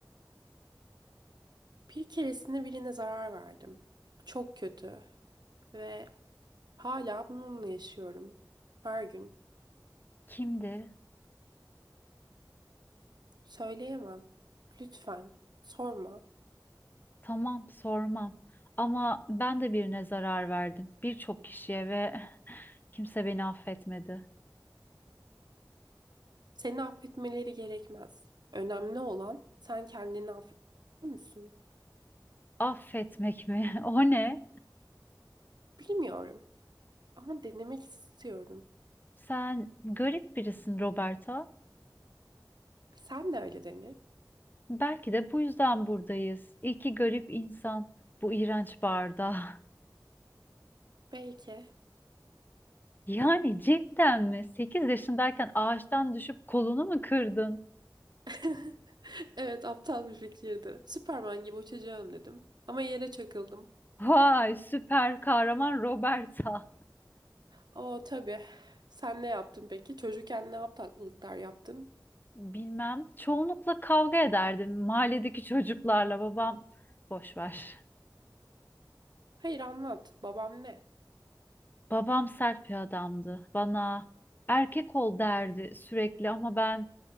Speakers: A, on the right; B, on the left.
A: Bir keresinde birine zarar verdim. Çok kötü ve hala bununla yaşıyorum. Her gün.
B: Kimdi?
A: Söyleyemem. Lütfen sorma.
B: Tamam, sormam. Ama ben de birine zarar verdim. Birçok kişiye ve <laughs> kimse beni affetmedi.
A: Seni affetmeleri gerekmez. Önemli olan sen kendini affediyor musun?
B: Affetmek mi? <laughs> O ne?
A: Bilmiyorum ama denemek istiyorum.
B: Sen garip birisin Roberta.
A: Sen de öyle dene.
B: Belki de bu yüzden buradayız. İki garip insan bu iğrenç barda. <laughs>
A: Belki.
B: Yani cidden mi? 8 yaşındayken ağaçtan düşüp kolunu mu kırdın?
A: <laughs> Evet, aptal bir fikirdi. Süperman gibi uçacağım dedim. Ama yere çakıldım.
B: Vay süper kahraman Roberta.
A: O tabii. Sen ne yaptın peki? Çocukken ne aptallıklar yaptın?
B: Bilmem. Çoğunlukla kavga ederdim mahalledeki çocuklarla. Babam boş ver.
A: Hayır anlat. Babam ne?
B: Babam sert bir adamdı. Bana erkek ol derdi sürekli ama ben